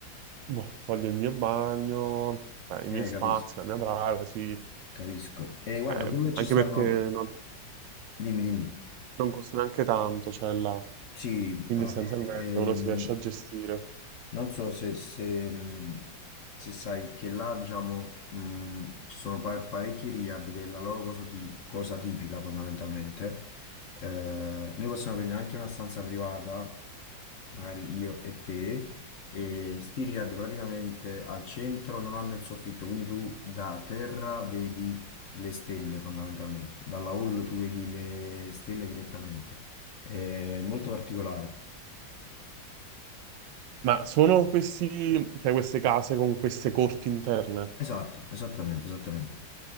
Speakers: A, on the right (about 75°); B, on the left (about 60°).
A: boh, voglio il mio bagno, eh, i miei
B: Eh,
A: spazi,
B: capisco,
A: la mia privacy,
B: capisco. E guarda,
A: eh,
B: quello ci
A: anche
B: stanno...
A: perché non,
B: Dimmi, dimmi.
A: non costa neanche tanto, cioè, là.
B: Sì,
A: Quindi
B: alla
A: essenzialmente
B: fine ehm,
A: uno si riesce a gestire.
B: Non so se, se, mh, se sai che là, diciamo, mh, ci sono pa- parecchi riad che è la loro cosa, ti- cosa tipica fondamentalmente. Eh, noi possiamo prendere anche una stanza privata, magari io e te, e sti riad praticamente al centro non hanno il soffitto, quindi tu da terra vedi le stelle fondamentalmente, dalla hall tu vedi le stelle direttamente. È molto particolare.
A: Ma sono questi, cioè queste case con queste corti interne?
B: Esatto, esattamente, esattamente.